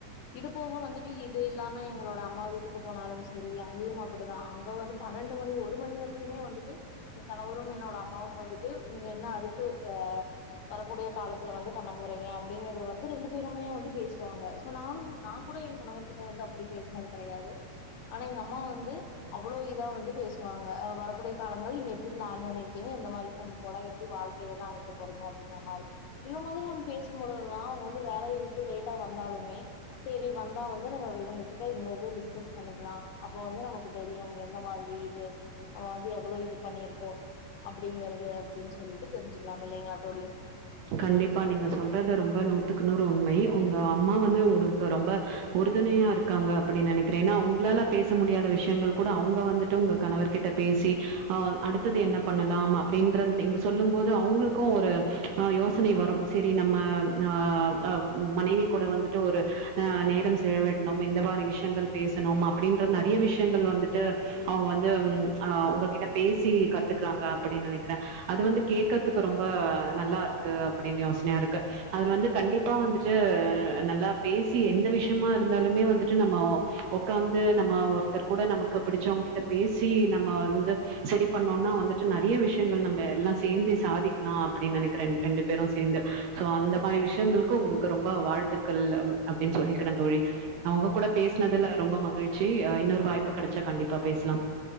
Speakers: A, on the left; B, on the right.
A: இது போக வந்துட்டு இது இல்லாம உங்களோட அம்மா வீட்டுக்கு போனாலும் செரி அங்கேயும் அப்படிதா அங்க வந்து பன்னெண்டு மணி ஒரு மணி வரிக்குமே வந்துட்டு என் கணவரும் என்னோட அம்மாவும் வந்துட்டு நீ என்ன அடுத்து அ வரக்கூடிய காலத்துல வந்து பண்ண போறீங்க அப்படிங்கறத வந்து ரெண்டு பேருமே வந்து பேசுவாங்க சோ நானும் நான் கூட என் கணவர் கிட்ட வந்து அப்படி பேசுனது கெடையாது ஆனா எங்க அம்மா வந்து அவ்வளோ இதா வந்து பேசுவாங்க அ வரக்கூடிய காலங்கள் நீங்க எப்டி ப்ளான் பண்ணிருக்கீங்க இந்த மாரி கொண்டு போலா எப்டி வாழ்க்கிய வந்து அமைக்க போறீங்க அப்படிங்கிற மாரி இந்த மாதிரி நம் பேசும்பொழுதுதா அவங்க வந்து வேலைய விட்டு லேட்டா வந்தாலுமே செரி வந்தா வந்து நம்ம இவுங்ககிட்ட இந்த இது டிஸ்கஸ் பண்ணிக்கிலா அப்போ வந்து நமக்கு தெரியும் எந்த மாதிரி இது ஆ வந்து எவ்வளோ இது பண்ணிருக் கோ அப்படிங்கறது அப்டின் சொல்லிட்டு தெரிஞ்சுக்கலாமில்லைங்ளா தோழி
B: கண்டிப்பா நீங்க சொல்றது ரொம்ப நூத்துக்குநூறு உண்மை உங்க அம்மா வந்து உங்களுக்கு ரொம்ப உறுதுணையா இருக்காங்க அப்படின் நெனைக்கிறே ஏனா உங்களால பேச முடியாத விஷயங்கள் கூட அவுங்க வந்துட்டு உங்க கணவர் கிட்ட பேசி அ அடுத்தது என்ன பண்ணலாம் அப்படின்றது நீங்க சொல்லும் போது அவுங்களுக்கு ஒரு அ யோசனை வரும் செரி நம்ம ஆ அ மனைவி கூட வந்துட்டு ஒரு ஆ நேரம் செலவிட்ணும் இந்த மாரி விஷயங்கள் பேசணும் அப்படின்ற நெறைய விஷயங்கள் வந்துட்டு அவுங்க வந்து ம் ஆ உங்ககிட்ட பேசி கத்துக்றாங்க அப்படின் நெனைக்றே அது வந்து கேக்கற்துக்கு ரொம்ப நல்லா இருக்கு அப்படின் யோஸ்னயா இருக்கு அதுல வந்து கண்டிப்பா வந்துட்டு நல்லா பேசி எந்த விஷயமா இருந்தாலுமே வந்துட்டு நம்மோ உக்காந்து நம்ம ஒருத்தர் கூட நமக்கு பிடிச்சவங்கிட்ட பேசி நம்ம வந்து செரி பண்ணோன்னா வந்துட்டு நெறைய விஷயங்கள் நம்ம எல்லா சேந்தே சாதிக்கலா அப்படின் நெனைக்கிறன் ரெண்டு பேரு‌சேந்து சோ அந்த மாரி விஷயங்களுக்கு உங்களுக்கு ரொம்ப வாழ்த்துக்கள் அப் அப்படின் சொல்லிக்கிறே தோழி நா உங்க கூட பேஸ்னதுல ரொம்ப மகிழ்ச்சி இன்னொரு வாய்ப்பு கெடச்சா கண்டிப்பா பேஸ்லாம்